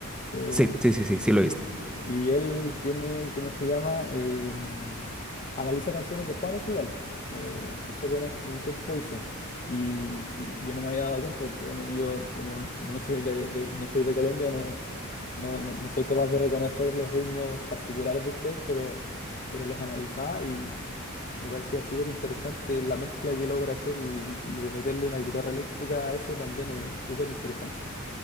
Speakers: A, on the left; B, in the centre.
A: Eh,
B: Sí, sí, sí, sí, sí lo he visto.
A: y él tiene, ¿cómo se llama? Eh, a- analiza canciones de Juanes igual. Eh, empezó con es- un tiempo hizo. Y, y yo no me había dado cuenta porque, bueno, yo como, como no soy de, de- no soy de Colombia, no, no, no, no soy capaz de reconocer los ritmos particulares de ustedes, pero, pero los analizaba y me parecía súper interesante la mezcla que logra hacer y, y de meterle una guitarra eléctrica a eso también es súper interesante.